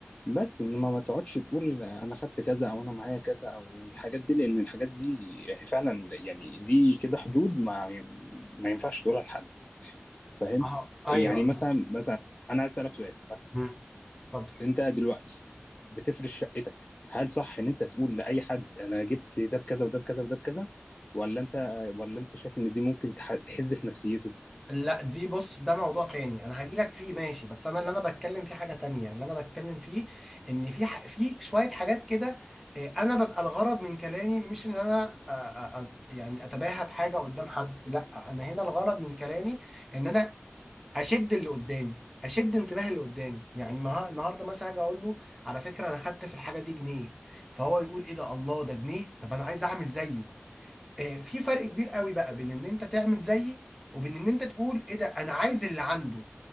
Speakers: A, on the left (about 30°); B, in the centre.
A: بس انما ما تقعدش تقول انا خدت كذا او انا معايا كذا او الحاجات دي لان الحاجات دي فعلا يعني دي كده حدود ما ما ينفعش تقولها لحد فاهم
B: اه ايوه
A: يعني مثلا مثلا انا عايز اسالك سؤال مثلا
B: مم. اتفضل
A: انت دلوقتي بتفرش شقتك هل صح ان انت تقول لاي حد انا جبت ده بكذا وده بكذا وده بكذا ولا انت ولا انت شايف ان دي ممكن تح- تحز في نفسيته
B: لا دي بص ده موضوع تاني انا هجيلك فيه ماشي بس انا اللي انا بتكلم فيه حاجه تانية اللي انا بتكلم فيه ان في ح- في شويه حاجات كده آه، انا ببقى الغرض من كلامي مش ان انا آه، آه، آه، يعني اتباهى بحاجه قدام حد لا انا هنا الغرض من كلامي ان انا اشد اللي قدامي اشد انتباه اللي قدامي يعني مها... النهارده مثلا اجي اقول له على فكره انا خدت في الحاجه دي جنيه فهو يقول ايه ده الله ده جنيه طب انا عايز اعمل زيه آه في فرق كبير قوي بقى بين ان انت تعمل زيي وبين ان انت تقول ايه ده انا عايز اللي عنده